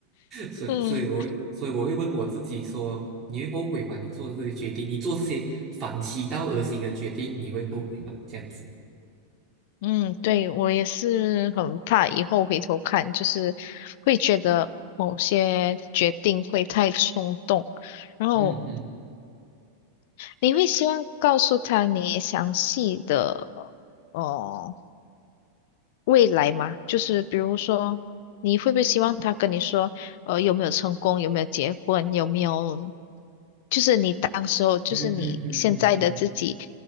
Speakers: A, on the right (about 20°); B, on the left (about 50°).
A: 所以，
B: 嗯
A: 所以我会所以我会问我自己说，你会后悔吗？你做的这些决定，你做这些反其道而行的决定，你会后悔吗？这样子，
B: 嗯，对，我也是很怕以后回头看，就是会觉得某些决定会太冲动，然后
A: 嗯嗯
B: 你会希望告诉他你详细的哦、呃未来嘛，就是比如说，你会不会希望他跟你说，呃，有没有成功，有没有结婚，有没有，就是你当时候，就是你现在的自己，
A: 嗯嗯嗯嗯嗯，嗯